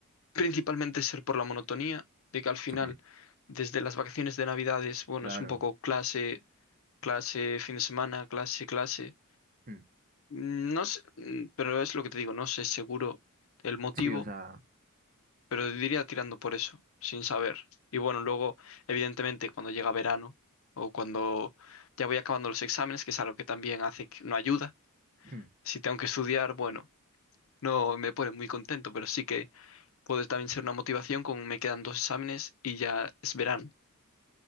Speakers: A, on the left; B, on the right.
A: principalmente ser por la monotonía, de que al final,
B: Sí,
A: desde las vacaciones de Navidades, bueno,
B: claro.
A: es un poco clase, clase, fin de semana, clase, clase.
B: Mm,
A: Mm, No sé, mm, pero es lo que te digo, no sé seguro el motivo
B: Sí, o sea,
A: pero diría tirando por eso, sin saber. Y bueno, luego, evidentemente, cuando llega verano o cuando ya voy acabando los exámenes, que es algo que también hace que no ayuda,
B: mm,
A: si tengo que estudiar, bueno, no me pone muy contento, pero sí que puede también ser una motivación con me quedan dos exámenes y ya es verano.